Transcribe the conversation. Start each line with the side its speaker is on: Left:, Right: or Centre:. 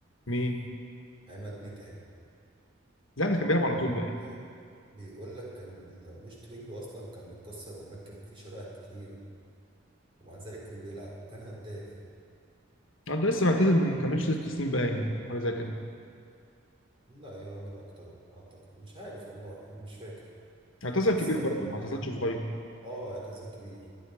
Left: مين
Right: عماد متعب
Left: لا ده كان بيلعب على طول بقى
Right: متعب بيقول لك كان ال- مشط رجله اصلا كان متكسر ومركب فيه شرايح كتير ومع ذلك كان بيلعب وكان هداف
Left: اه ده لسه معتزل من كملش ست سنين باين حاجه زي كده
Right: لا يا راجل اكتر اعتقد مش عارف والله انا مش فاكر
Left: اعتزل
Right: بس
Left: كبير
Right: انا
Left: برضه
Right: فاكر
Left: ما اعتزلش صغير
Right: اه اعتزل كبير